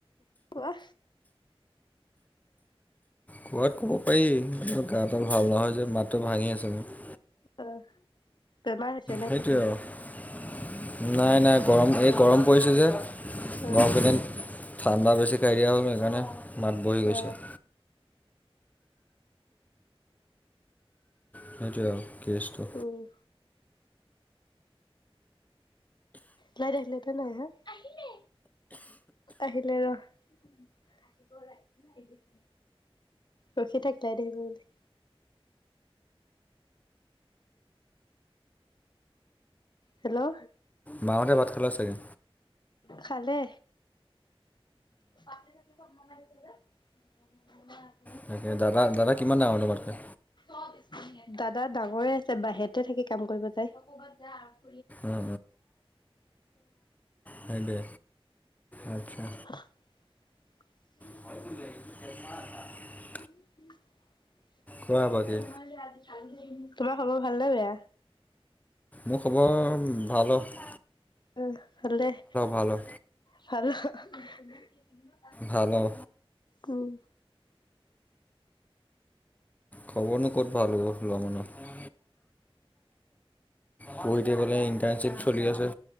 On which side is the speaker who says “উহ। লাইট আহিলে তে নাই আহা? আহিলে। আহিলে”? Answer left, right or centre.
Left